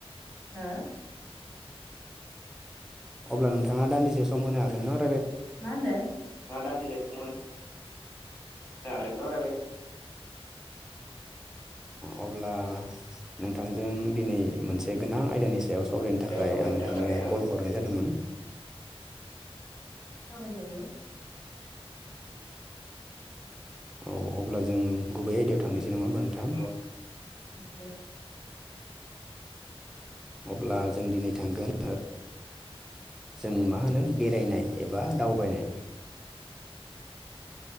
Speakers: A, on the left; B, in the centre.
A: हो
B: अब्ला नोंथांङा दान्दिसे सम होनो हागोन न'
A: मा होनदों <unintelligible>
B: अब्ला नोंथांजों दिनै मोनसे गोनां आयदानि सायाव सायाव सावरायनो थाखाय
A: सावरायनो
B: आं नोंथांनो
A: थाखाय आङो
B: कल हरनाय जादोंमोन।
A: सावराय जायो
B: औ अब्ला जों गुबै आयदायाव थांनोसै। जेने'बा मोन नोंथां
A: ओं दे।
B: अब्ला जों दिनै थांगोन जों मा होनो। बेरायनाय एबा दावबायनाय